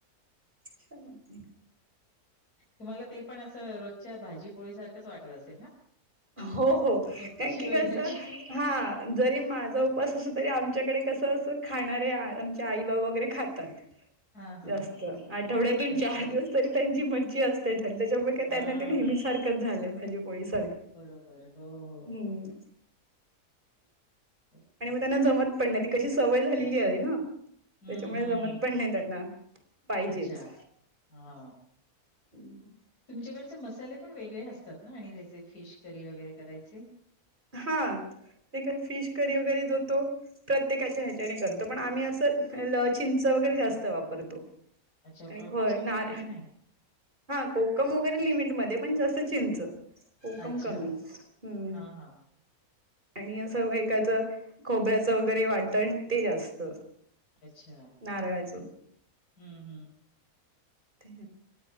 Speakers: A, on the right; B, on the left.
A: <unintelligible>
B: तुम्हाला ते पण असं रोजच्या भाजीपोळी सारखंच वाटत असेल ना?
A: हो हो कारण
B: मच्छी
A: की
B: वगैरे
A: कसं,
B: म्हटली की
A: हा. जरी माझा उपास असो तरी, आमच्याकडे कसं असं खाणारे आमचे आई बाबा वगैरे खाता
B: <inaudible>
A: जास्त.
B: हां.
A: आठवड्यातून चार
B: अच्छा.
A: दिवस तरी त्यांची मच्ची असते त्यानं त्याच्यामुळे का
B: हां.
A: त्यांना ते नेहमीसारखंच झाल. भाजी पोळी स
B: बरोबर. हो हो.
A: हं.
B: हो.
A: आणि म त्यांना जमत पण नाही. ती कशी सवय झालेली आहे ना.
B: हं,
A: त्याच्यामुळे
B: हं,
A: जमत
B: हं.
A: पण नाही त्यांना. पाहिजेच
B: अच्छा! हं.
A: हं.
B: तुमच्याकडचे मसाले पण वेगळे असतात ना आणि त्याचे फिश करी वगैरे करायचे?
A: हा. ते काय फिश करी वगैरे जो तो प्रत्येकाच्या ह्याच्याने करतो. पण आम्ही असं ल चिंच वगैरे जास्त वापरतो.
B: अच्छा
A: आणि
B: अ,
A: हो
B: कोकम
A: नार
B: वगैरे नाही?
A: हा कोकम वगैरे लिमिटमध्ये. पण जास्त चिंच. कोकम
B: अच्छा.
A: कमी. हं.
B: हां, हां.
A: आणि असं वर त्याचं खोबऱ्याचं वगैरे वाटण ते जास्त.
B: अच्छा,
A: नाराळाळच.
B: हम्म हम्म.
A: ते.